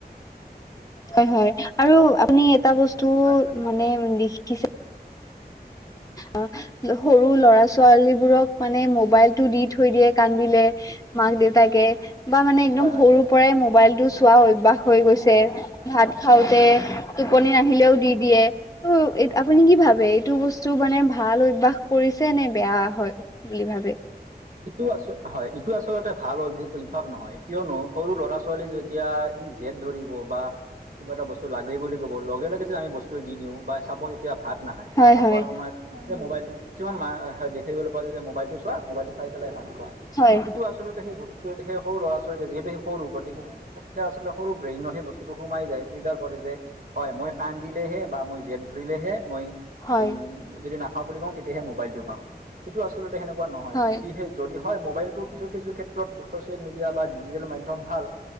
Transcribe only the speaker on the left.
হয় - হয়, আৰু আপুনি এটা বস্তু
মানে <unintelligible> আ, সৰু লৰা ছালীবোৰক মানে মবাইলটো দি থৈ দিয়ে কান্দিলে মাক দেউতাকে, বা মানে একদম
সৰু পৰাই মোবাইলটো চোৱা অভ্যাস হৈ গৈছে, ভাত খাওঁতে টোপনি নাহিলেও দি দিয়ে ত' আপুনি কি ভাবে এইটো বস্তু টো মানে ভাল অভ্যাস কৰিছে নে বেয়া হয় বুলি ভাবে?
হয়
হয়
হয়
হয়
হয়